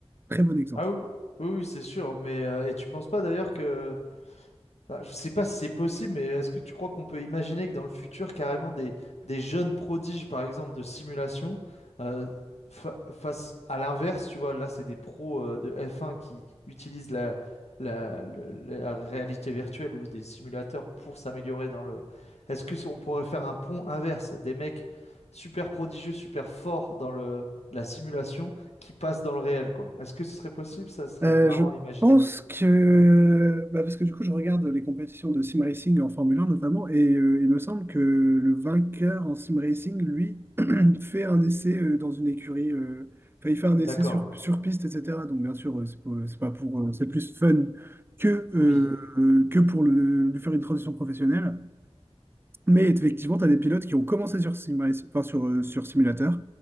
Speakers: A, on the right; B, on the left.
A: Très bon exemple.
B: Ah oui, oui, oui, c'est sûr. Mais euh, et tu penses pas d'ailleurs que, Enfin, je sais pas si c'est possible, mais est-ce que tu crois qu'on peut imaginer que dans le futur, carrément, des, des jeunes prodiges, par exemple, de simulation, euh, fa- face à l'inverse, tu vois, là, c'est des pros euh, de F1 qui utilisent la, la, le- la réalité virtuelle ou des simulateurs pour s'améliorer dans le... Est-ce que si on pourrait faire un pont inverse, des mecs super prodigieux, super forts dans le, la simulation qui passent dans le réel, quoi? Est-ce que ce serait possible? Ça serait
A: Euh,
B: marrant
A: je
B: à imaginer.
A: pense que, bah, parce que du coup, je regarde les compétitions de sim racing en Formule 1 notamment, et euh, il me semble que le vainqueur en sim racing, lui, fait un essai euh, dans une écurie, euh, enfin, il fait un essai
B: D'accord.
A: sur, sur piste, etc. Donc, bien sûr, euh, c'est pour- c'est pas pour, euh, c'est plus fun que, euh,
B: Oui,
A: euh, que pour le, lui faire une transition professionnelle. Mais effectivement, tu as des pilotes qui ont commencé sur, Sim enfin, sur, euh, sur simulateur